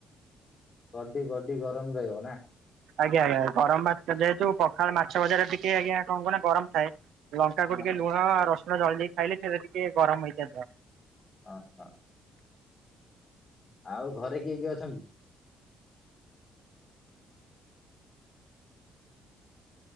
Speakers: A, on the left; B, on the right.
A: ବଡି଼ ବଡି଼ ଗରମ ରହିବ ନା।
B: ଆଜ୍ଞା ଆଜ୍ଞା ଗରମ ଭାତ ଯେହେତୁ ପଖାଳ ମାଛ ଭଜା ଟା ଟିକେ ଆଜ୍ଞା କଣ କହୁନ ଗରମ ଥାଏ। ଲଙ୍କାକୁ
A: ହଁ
B: ଟିକେ ଲୁଣ ରସୁଣ ଦଳି ଦେଇକୀ ଖାଇଲେ ସେଇଟା ଟିକେ ଗରମ ହେଇଥାଏ ଦେହ।
A: ହଁ ହଁ ଆଉ ଘରେ କିଏ କିଏ ଅଛନ୍ତି?